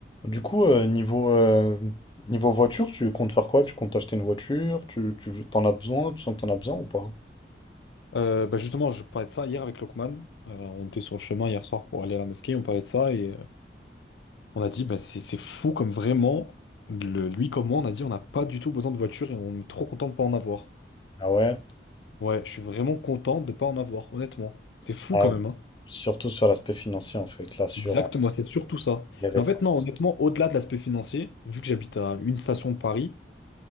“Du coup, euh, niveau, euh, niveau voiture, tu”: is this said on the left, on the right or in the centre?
Left